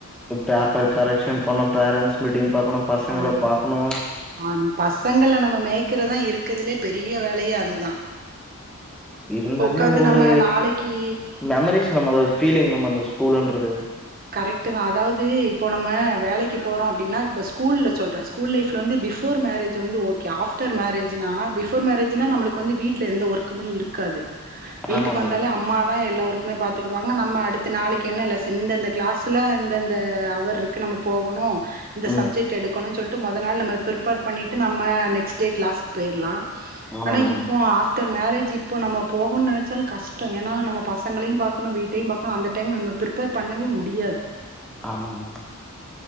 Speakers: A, in the centre; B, on the right.
A: பேப்பர் கரெக்க்ஷன் பண்ண பேரண்ட்ஸ் மீட்டிங் பாக்கணு பசங்கள
B: ஆய்
A: பாக்கணு
B: அ பசங்கள நம்ம மேய்கிறதா இருக்கதிலியே பெரிய வேலயே அதுதா
A: இருந்தாலே
B: உக்காந்து
A: அது
B: நம்ம
A: ஒரு
B: நாளைக்கு
A: மெம்மரிஸ் மேம் அது ஒரு ஃபீலிங் மேம் அந்த ஸ்கூல்ன்றது
B: கரெக்டுதா அதாவது இப்போ நம்ம வேலைக்கு போறோ அப்பிடின்னா இப்போ ஸ்கூல சொல்றே ஸ்கூல் லைஃப்பில வந்து பிஃபோர் மேரேஜ் வந்து ஓகே ஆஃப்டர் மேரேஜ்னா பிஃபோர் மேரேஜ்னா நம்மளுக்கு வந்து வீட்ல எந்த ஒர்க்குமே இருக்காது வீட்டுக்கு
A: ஆமா
B: வந்தாலே
A: மேம்
B: அம்மாதா எல்லா ஒர்க் மே பாத்துக்குடுவாங்க நம்ம அடுத்து நாளைக்கு என்ன லேசன் இந்த இந்த கிளஸ்ல இந்த இந்த அவர் இருக்கு நம்ம போகணு இந்த
A: ம்
B: சப்ஜெக்ட் எடுக்கணு சொல் ட்டு முதநாள் நம்ம பிரிப்பர் பண்ணிட்டு நம்ம நெக்ஸ்ட் டேய் கிளாஸ்க்கு போயிர்லா
A: ஆமா
B: ஆனா
A: மேம்
B: இப்போ ஆஃப் ட்டர் மேரேஜ் இப்போ நம்ம போகனு நெனச்சாலு கஷ்டோ ஏன்னா நம்ம பசங்களையு பாக்கணு வீட்டையு பாக்கணு அந்த டைம் பிரிப்பர் பண்ணவே மு டியாது
A: ஆமா ஆமா